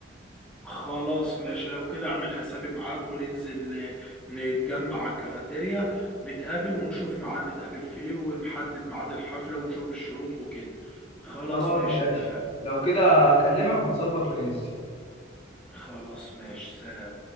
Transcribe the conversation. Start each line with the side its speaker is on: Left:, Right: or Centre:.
Centre: خلاص ماشي لو كده اعمل حسابي معاك وننزل آه، نتجمع على الكافيتيريا نتقابل ونشوف ميعاد نتقابل فيه ونحدد ميعاد الحفلة ونشوف الشروط وكده خلاص
Left: خلاص
Centre: ماشي
Left: ماشي
Centre: اتفقنا
Left: لو كده اكلمك ونظبط وننسى
Centre: خلاص ماشي سلام